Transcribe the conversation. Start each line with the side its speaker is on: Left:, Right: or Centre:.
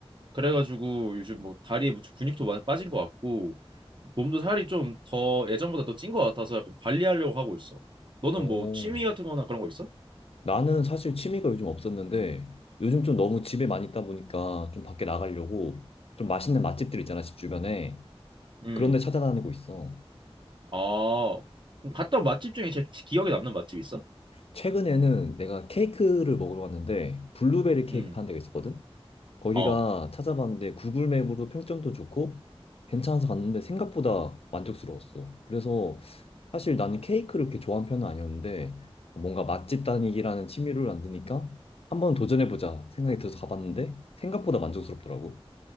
Right: 그래가지고 요즘 뭐 다리에 뭐 근육도 많이 빠진 것 같고, 몸도 살이 좀 더 예전보다 더 찐 것 같아서 약간 관리하려고 하고 있어. 너는
Left: 어.
Right: 뭐 취미 같은 거나 그런 거 있어?
Left: 나는 사실 취미가 요즘 없었는데 요즘 좀 너무 집에 많이 있다 보니까 좀 밖에 나가려고 좀 맛있는 맛집들 있잖아, 집 주변에.
Right: 음.
Left: 그런 데 찾아다니고 있어.
Right: 아, 그럼 갔다 온 맛집 중에 제일 기억에 남는 맛집 있어?
Left: 최근에는 내가 케이크를 먹으러 갔는데 블루베리 케이크
Right: 음.
Left: 파는 데가 있었거든? 거기가
Right: 어.
Left: 찾아봤는데 구글 맵으로 평점도 좋고 괜찮아서 갔는데 생각보다 만족스러웠어. 그래서 사실 나는 케이크를 그렇게 좋아하는 편은 아니었는데 뭔가 맛집 다니기라는 취미를 만드니까 한번 도전해보자 생각이 들어서 가봤는데 생각보다 만족스럽더라고.